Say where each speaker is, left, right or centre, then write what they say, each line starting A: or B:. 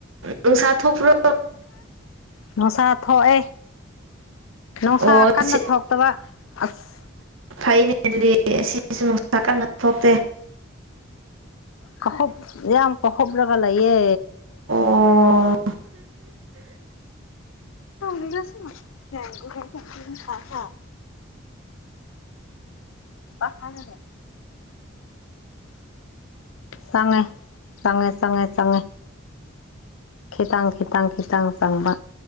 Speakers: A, on the right; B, on the left.
A: ꯅꯨꯡꯁꯥ ꯊꯣꯛꯄ꯭ꯔꯣ
B: ꯅꯨꯡꯁꯥ ꯊꯣꯛꯑꯦ ꯅꯨꯡꯁꯥ
A: ꯑꯣ
B: ꯀꯟꯅ
A: ꯁꯤ
B: ꯊꯣꯛꯇꯕ ꯑꯁ
A: ꯐꯩꯅꯦ ꯑꯗꯨꯗꯤ ꯁꯤꯁꯨ ꯅꯨꯡꯁꯥ ꯀꯟꯅ ꯊꯣꯛꯇꯦ
B: ꯀꯁ ꯑꯦ ꯌꯥꯝꯝ ꯀꯁꯕ ꯂꯒ ꯂꯥꯏꯌꯦ
A: ꯑꯣ
B: ꯝꯒꯁꯦꯡꯒ ꯈ ꯈ <unintelligible> ꯎ ꯄ ꯍ ꯆꯪꯉꯦ ꯆꯪꯉꯦ ꯆꯉꯦ ꯆꯉꯦ ꯈꯤꯇꯥꯡ ꯈꯤꯇꯥꯡ ꯈꯤꯇꯥꯡ ꯆꯪꯕ